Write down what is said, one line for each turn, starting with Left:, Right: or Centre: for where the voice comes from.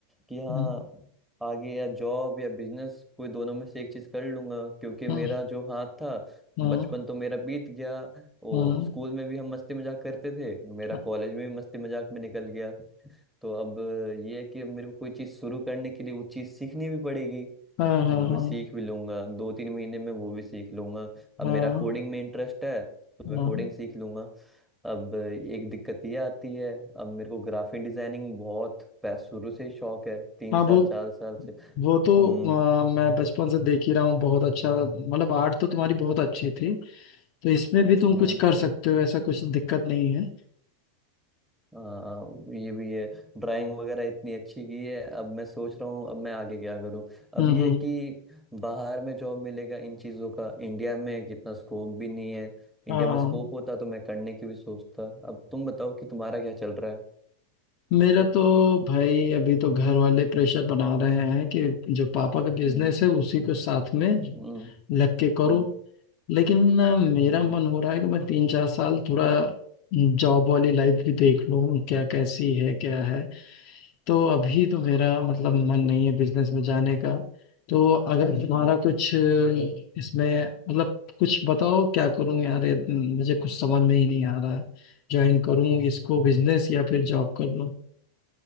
Centre: कि हाँ
Left: हम्म
Centre: आगे या जॉब या बिजनेस कोई दोनों में से एक चीज कर लूंगा क्योंकि मेरा
Left: हम्म
Centre: जो हाथ था
Left: हम्म
Centre: बचपन तो मेरा बीत गया वो
Left: हम्म,
Centre: स्कूल में भी हम मस्ती मजाक करते थे मेरा
Left: हम्म।
Centre: कॉलेज में भी मस्ती मजाक में निकल गया तो अब ये है कि अब मेरे को कोई चीज शुरू करने के लिए वो चीज सीखनी भी पड़ेगी
Left: हाँ हाँ
Centre: चलो
Left: हाँ
Centre: मैं सीख भी लूंगा दो तीन महीने में वो भी सीख लूंगा अब
Left: हाँ
Centre: मेरा कोडिंग में इंटरेस्ट है तो मैं
Left: हाँ
Centre: कोडिंग सीख लूंगा अब एक दिक्कत ये आती है अब मेरे को ग्राफिक डिजाइनिंग बहुत पै- शुरू से ही शौक है तीन
Left: हाँ
Centre: साल
Left: वो
Centre: चार साल से
Left: वो तो
Centre: हम्म
Left: अ, मैं बचपन से देख ही रहा हूँ बहुत अच्छा मतलब आर्ट तो तुम्हारी बहुत अच्छी थी तो इसमें भी तुम
Centre: हम्म
Left: कुछ कर सकते हो ऐसा कुछ दिक्कत नहीं है
Centre: हाँ ये भी है ड्राइंग वगैरह इतनी अच्छी की है अब मैं सोच रहा हूँ अब मैं आगे क्या करूँ अब
Left: हम्म
Centre: ये
Left: हम्म
Centre: है कि बाहर में जॉब मिलेगा इन चीज़ों का इंडिया में कितना स्कोप भी नहीं है इंडिया
Left: हाँ
Centre: में स्कोप होता तो मैं करने की भी सोचता अब तुम बताओ कि तुम्हारा क्या चल रहा है
Left: मेरा तो भाई अभी तो घर वाले प्रेशर बना रहे हैं कि जो पापा का बिजनेस
Centre: हम्म
Left: है उसी को साथ में
Centre: हम्म
Left: लग के करो
Centre: हम्म
Left: लेकिन अ, मेरा
Centre: हम्म
Left: मन हो रहा है कि मैं तीन चार साल थोड़ा जॉब वाली लाइफ भी देख लूँ क्या कैसी है क्या है तो अभी तो मेरा मतलब मन नहीं है बिजनेस में जाने का तो अगर तुम्हारा
Centre: हम्म,
Left: कुछ इसमें मतलब कुछ बताओ क्या करूं यार ये मुझे कुछ समझ में ही नहीं आ रहा है ज्वाइन करूं इसको
Centre: हम्म,
Left: बिजनेस या फिर जॉब कर लूं